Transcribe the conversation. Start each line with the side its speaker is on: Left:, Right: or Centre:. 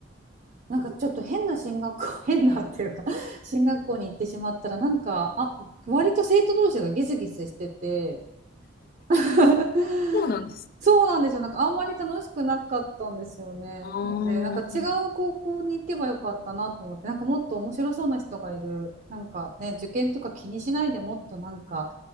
Right: なんかちょっと変な進学校、<laughs> 変なっていうか進学校に行ってしまったら、なんか、あ、割と生徒同士がギスギスしてて、<laughs>
Left: そうなんです。
Right: そうなんですよ。なんかあんまり楽しくなかったんですよね。
Left: ああ、
Right: なので、なんか違う高校に行けばよかったなと思って、なんかもっと面白そうな人がいる、なんかね、受験とか気にしないでもっとなんか